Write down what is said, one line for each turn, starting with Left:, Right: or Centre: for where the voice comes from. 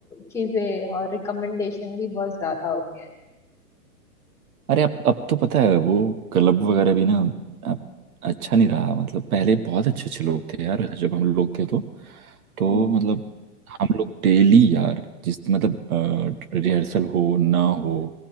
Centre: चीजें और रिकमेंडेशन भी बहुत ज्यादा हो गया है
Right: अरे अब अब तो पता है वो क्लब वगैरह भी ना अब अच्छा नहीं रहा मतलब पहले बहुत अच्छे अच्छे लोग थे यार जब हम लोग थे तो तो
Centre: हम्म
Right: मतलब हम लोग डेली यार जिस मतलब रिहर्सल हो ना हो